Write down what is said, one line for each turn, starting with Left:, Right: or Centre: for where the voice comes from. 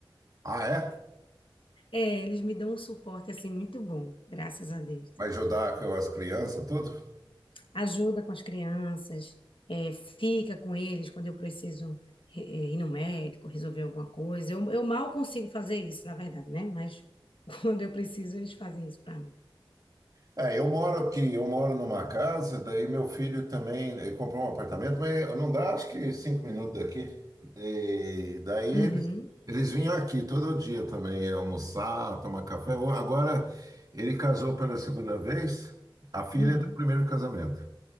Right: Ah, é?
Left: É, eles me dão um suporte assim muito bom, graças a Deus.
Right: Vai ajudar com as crianças, tudo?
Left: Ajuda com as crianças, é, fica com eles quando eu preciso é, é, ir no médico, resolver alguma coisa. Eu, eu mal consigo fazer isso, na verdade, né? Mas <laughs> quando eu preciso, eles fazem isso para mim.
Right: É, eu moro aqui, eu moro numa casa, daí meu filho também eh, comprou um apartamento, mas não dá, acho que cinco minutos daqui. E daí eles,
Left: Uhum,
Right: eles vinham aqui todo dia também eh, almoçar, tomar café. O- Agora ele casou pela segunda vez, a filha
Left: uhum,
Right: é do primeiro casamento.